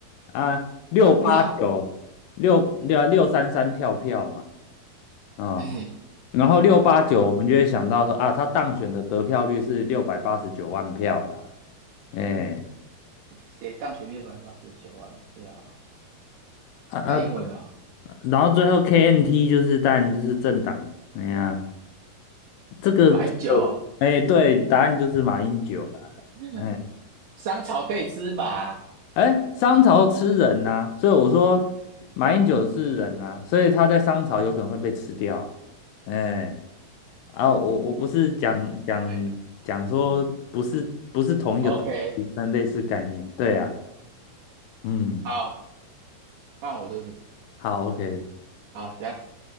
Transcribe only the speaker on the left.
啊，啊，六八九，
六六六三三跳票嘛，嗯，
然后六八九我们就会想到说啊，
他当选的得票率是六百八十九万票啦，哎、欸
啊啊，
然后最后 KNT 就是当然就是政党，哎呀，啊这个这个，
哎，对，答案就是马英九啦。
哎
哎，商朝吃人呐、所以我说马英九是人呐、所以他在商朝有可能会被吃掉啊。哎，啊，我我不是讲讲讲说不是不是同一个东西，
但类似概念。对啊，嗯，
好，OK。